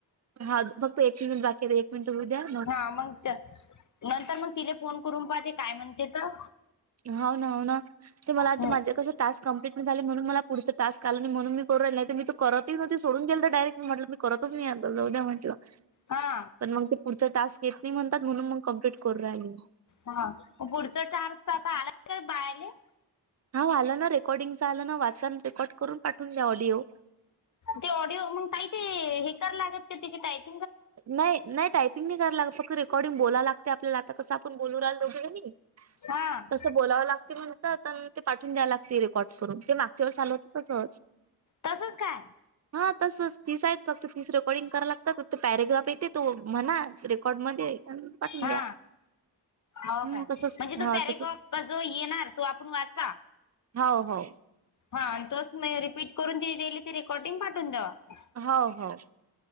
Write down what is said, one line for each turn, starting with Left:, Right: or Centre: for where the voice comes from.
Right: ह फक्त एक मिनिट बाकी आहे एक मिनिट होऊद्या.
Left: हा मग नंतर मग तिला फोन करून पाहते काय म्हणते तर
Right: हो ना हो ना ते मला
Left: हम्म.
Right: वाटतं माझे कसं टाक कं्प्लीट नाही झाले म्हणून मला पुढ टास्क आल नाही म्हणून नाही तरी तर करतहीव्हती सोडून गेल तर डायरेक्ट म्हटलं मी करतच नाही आलं जाऊद्या म्हटलं.
Left: हा.
Right: पण मग ते पुढचं टास्क येत नाही म्हणतात म्हणून मग कम्प्लीट करू राहिलो.
Left: हा पुढतं टार्स आता आलाय का बायले
Right: हा आलं ना रेकॉर्डिंग च आलं ना वाचन रेकॉर्ड करून पाठून द्या ऑडिओ
Left: ती ऑडिओ मग काही ते हिकार लागत क ति क टाईप
Right: नाही नाही टायपिंग नाही कराला लागत फक्त रेकॉर्डिंग बोलाव लागते आपल्याला आता कसं आपण बोलू राहिलोगे.
Left: हा.
Right: तसं बोलावं लागते म्हणतात ते पाठून द्याव लागते रेकॉर्ड करून ते माग चर चालवत तसच.
Left: तसच काय?
Right: हा तसच दिसायत फक्त तिसरं कडंग कराव लागतात. तो पॅरेग्राफ येते तो म्हणा रेकॉर्ड मध्ये पाठवून
Left: हा
Right: द्या.
Left: हो
Right: हम्म
Left: काय
Right: तसच
Left: म्हणजे
Right: हा
Left: तो पॅरेगॉप
Right: तसच
Left: जो येणार तो आपण वाचा.
Right: हो हो
Left: हा आणि तोच रिपीट करून तली ते रेकॉर्डिंग पाठून दवा
Right: हो हो